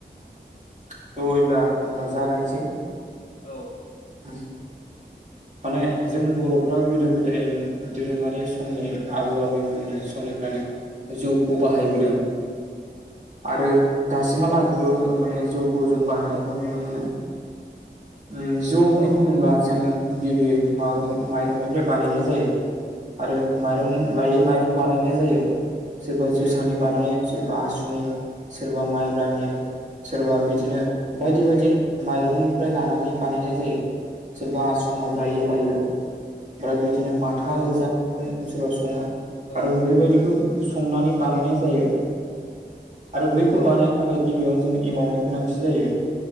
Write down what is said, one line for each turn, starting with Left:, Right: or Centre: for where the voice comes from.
Right: थ' हयब्ला अब्ला जागायसै
Left: औ।
Right: उम। माने जों बर'फ्रा गोदो गोदाय दोरोङारि समनि आबौ आबैमोननि समनिफ्रायनो जौखौ बाहायबोदों
Left: उम औ
Right: आरो दासिमहालागैबो ओ- माने जिउखौ जों बाहायनायखौ नुनो मोनो उम जौ होननानै
Left: औ
Right: बुङोब्ला
Left: औ
Right: जोङो गिबि मरं माइरंनिफ्राय बानायनाय जायो आरो माइरं
Left: जायो
Right: लायोै
Left: जायो
Right: माइरं बानाय- नाय जायो सोरबा जोसानि
Left: औ
Right: बानायो सोरबा आसुनि सोरबा माइब्रानि
Left: औ
Right: सोरबा बिदिनो
Left: औ
Right: बायदि बायदि माइरंनिफ्राय लानानै बानायनाय जायो सोरबा आसु माइब्रा
Left: जायो
Right: लगायो
Left: जायो
Right: ओमफ्राय बिदिनो माथा
Left: औ
Right: गोजा सोरबा सङो‌
Left: औ
Right: आरो बेैबायदिखौ संनानै बानायनाय जायो आरो बैखौ
Left: औ
Right: बानाय थाखाय गिबियावनो जों एमावनि गोनांथि जायो